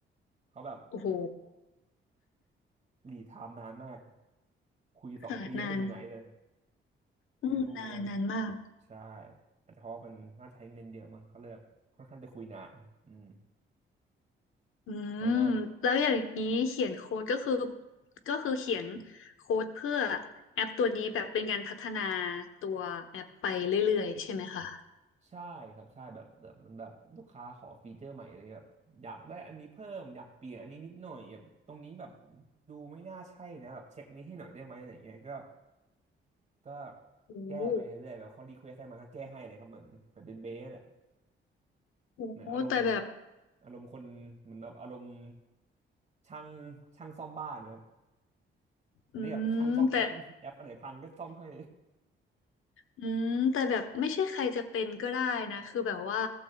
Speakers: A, on the right (about 35°); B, on the left (about 85°).
A: เขาแบบ
B: โอ้โห
A: หลีดไทม์นานมากคุยสองปียังไม่ถึงไหนเลย
B: ค่ะนานอืมนานนานมาก
A: ไม่รู้เหมือนกันใช่อาจจะเพราะว่ามันน่าจะใช้เงินเยอะมั้งเขาเลยแบบค่อนข้างจะคุยนานอืม
B: อืมแล้วอย่างนี้เขียนโค้ดก็คือ
A: แล้วก็
B: ก็คือเขียนโค้ดเพื่อแอปตัวนี้แบบเป็นการพัฒนาตัวแอปไปเรื่อยๆใช่ไหมคะ
A: ใช่ครับใช่แบบแบบมันแบบลูกค้าขอฟีเจอร์ใหม่อะไรเงี้ยแบบอยากได้อันนี้เพิ่มอยากเปลี่ยนอันนี้นิดหน่อยแบบตรงนี้แบบดูไม่น่าใช่นะแบบเช็คนี้ให้หน่อยได้ไหมอะไรเงี้ยก็ก็
B: โอ้โห
A: แก้ไปเรื่อยๆแบบเขารีเควสให้มาก็แก้ให้เลยครับเหมือนเหมือนเป็นเบสเนี่ย
B: โอ้โหแต่แบบ
A: เหมือนอารมณ์อารมณ์คนเหมือนแบบอารมณ์ช่างช่างซ่อมบ้านนะครับอันนี้แบบช่างซ่อมแอปแอปอะไรพังก็ซ่อมให้
B: อืมแต่อืมแต่แบบไม่ใช่ใครจะเป็นก็ได้นะคือแบบว่า